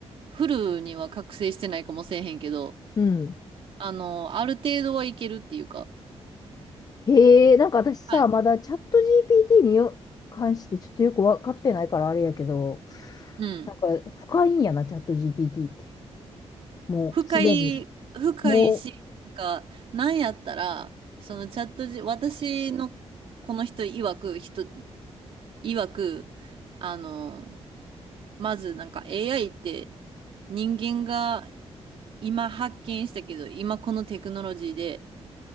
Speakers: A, on the right; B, on the left.
A: フルには覚醒してないかもしれへんけど、
B: うん。
A: あの、ある程度はいけるっていうか、
B: へえ。なんか私さ、
A: はい。
B: まだチャット GPT によ関してちょっとよくわかってないからあれやけど、
A: うん。
B: なんか深いんやな、チャット GPT って。もうすでに。
A: 深い、深いし、
B: もう、
A: なんか、なんやったら、そのチャット G、私のこの人曰く人曰く、あの、まずなんか AI って人間が今発見したけど、今このテクノロジーで、